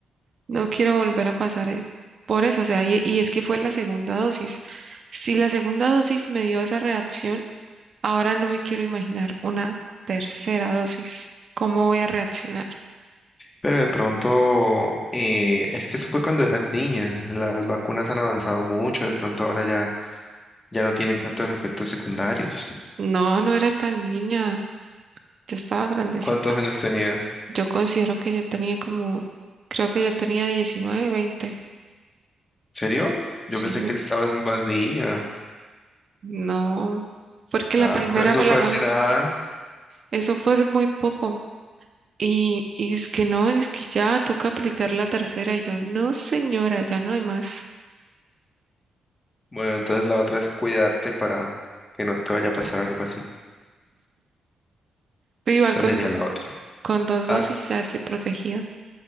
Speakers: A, on the right; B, on the left.
A: no quiero volver a pasar eh, por eso, o sea, y, y es que fue la segunda dosis. Si la segunda dosis me dio esa reacción, ahora no me quiero imaginar una tercera dosis. ¿Cómo voy a reaccionar?
B: Pero de pronto, eh, es que eso fue cuando eras niña. Las vacunas han avanzado mucho. De pronto ahora ya, ya no tienen tantos efectos secundarios.
A: No, no era tan niña, yo estaba grandecita.
B: ¿Cuántos años tenías?
A: Yo considero que yo tenía como, creo que yo tenía 19, 20.
B: ¿Serio? Yo
A: Sí,
B: pensé que estabas más niña.
A: no, porque
B: Ah,
A: la primera
B: entonces eso
A: me
B: fue
A: la,
B: hace nada.
A: eso fue hace muy poco. Y, y es que no, es que ya toca aplicar la tercera. Y yo, no, señora, ya no hay más.
B: Bueno, entonces la otra es cuidarte para que no te vaya a pasar algo así.
A: Pero igual
B: Esa
A: con,
B: sería la otra.
A: con dos dosis
B: Ah,
A: ya estoy protegida.